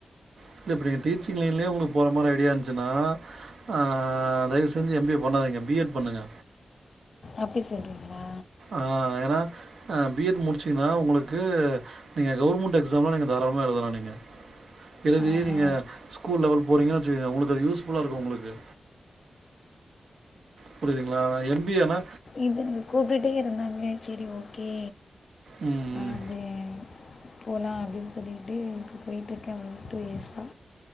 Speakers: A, on the right; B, on the left.
A: இல்ல இப்ப நீங்க டீச்சிங் லைன்லயே உங்களுக்கு போற மாரி ஐடியா இருந்ச்சுன்னா ஆ தயவு செஞ்சு எம் பி ஏ பண்ணாதீங்க பி எட் பண்ணுங்க
B: அப்டி சொல்றீங்ளா
A: ஆனா ஏனா பி எட் முடிச்சிங்ன்னா உங்களுக்கு நீங்க கவுர்முண்ட் எக்ஸாம்லா நீங்க தாராளமா எழுதலா நீங்க எழுதி
B: ஆஹா
A: நீங்க ஸ்கூல் லெவல் போறீங்கன்னு வெச்சுகங்க உங்களுக்கு அது யூஸ்ஃபுல்லா இருக்கு உங்களுக்கு புரிதுங்களா நா எம் பி ஏ ஆனா
B: அது நீங்க கூப்டுட்டே இருந்தாங்க செரி ஓகே
A: ம்.
B: அது போலா அப்டின்னு சொல்லிட்டு இப்போ போயிட்டிருக்கே ஒரு டூ இயர்ஸ்ஸா